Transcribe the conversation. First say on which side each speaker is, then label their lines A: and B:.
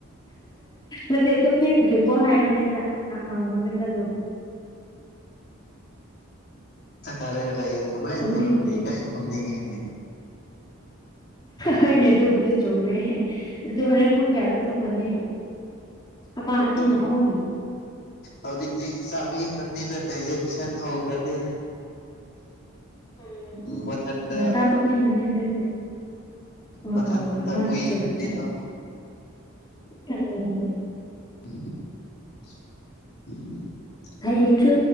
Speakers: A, on the left (about 20°); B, on the left (about 45°).
A: ꯅꯠꯇꯦ ꯇꯨꯝꯅꯤꯡꯗ꯭ꯔꯤꯕꯣ ꯍꯥꯏꯕꯅꯦꯗ ꯑꯍꯪꯕꯅꯦꯗ ꯑꯗꯨꯝ
B: ꯆꯥꯛ ꯆꯥꯛ ꯂꯩꯌꯦ ꯀꯃꯥꯏꯟ
A: ꯇꯨꯝꯅꯤꯡꯗ꯭ꯔꯤ
B: ꯇꯨꯝꯒꯅꯤ <unintelligible> ꯇꯨꯝꯅꯤꯉꯤꯅꯤ
A: ꯍꯣꯏꯅꯦ ꯑꯗꯨꯕꯨꯗꯤ ꯆꯨꯝꯃꯦ ꯑꯗꯨꯗꯤ ꯍꯣꯔꯦꯟ ꯄꯨꯡ ꯀꯌꯥꯗ ꯇꯨꯝꯒꯅꯤ ꯑꯃ ꯑꯅꯤ
B: ꯇꯨꯝ
A: ꯑꯍꯨꯝ
B: ꯍꯧꯖꯤꯛꯁꯤ ꯆꯥꯕꯤꯈ꯭ꯔꯥꯕꯅꯤꯅ ꯗꯥꯖꯦꯁꯟ ꯍꯧꯈ꯭ꯔꯗꯤ
A: ꯎꯝ
B: ꯃꯊꯟꯇ
A: ꯉꯟꯇ ꯇꯨꯝꯅꯤꯡꯉꯝꯅꯤ ꯑꯗꯨꯗꯤ ꯍꯣꯏ
B: ꯃꯊꯟꯇ
A: ꯍꯣꯏ ꯃꯥꯅꯤ
B: ꯎꯏꯈ꯭ꯔꯅꯤ
A: ꯆꯨꯝꯃꯤ ꯆꯨꯝꯃꯤ
B: ꯑꯗꯨꯝ
A: ꯎꯝ ꯎꯝ
B: <unintelligible>
A: ꯍꯌꯦꯡꯁꯨ